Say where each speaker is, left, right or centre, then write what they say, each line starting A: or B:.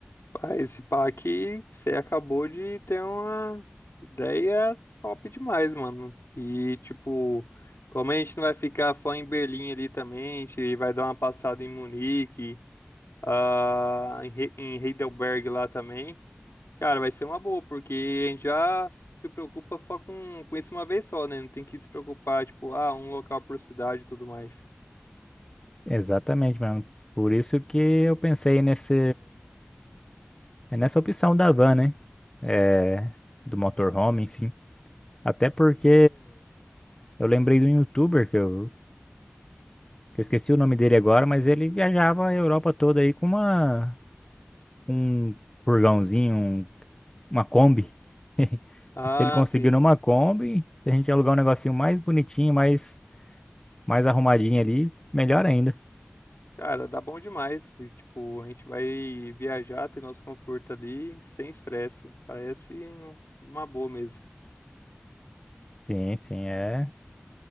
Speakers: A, on the left; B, on the left.
A: Ah, esse pá aqui, você acabou de ter uma ideia top demais, mano. E, tipo, como a gente não vai ficar só em Berlim ali também, a gente vai dar uma passada em Munique, ah, em He- em Heidelberg lá também. Cara, vai ser uma boa, porque a gente já se preocupa só com, com isso uma vez só, né? Não tem que se preocupar, tipo, ah, um local por cidade e tudo mais.
B: Exatamente, mano. Por isso que eu pensei nesse, nessa opção da van, né? É, do motorhome, enfim. Até porque eu lembrei de um youtuber que eu, que eu esqueci o nome dele agora, mas ele viajava a Europa toda aí com uma um furgãozinho, um- uma Kombi. <laughs>
A: Ah,
B: E se ele conseguir
A: sim, sim.
B: numa Kombi, se a gente alugar um negocinho mais bonitinho, mais, mais arrumadinho ali, melhor ainda.
A: Cara, dá bom demais. E, tipo, a gente vai viajar, ter nosso conforto ali, sem estresse. Parece um- uma boa mesmo.
B: Sim, sim, é. Acho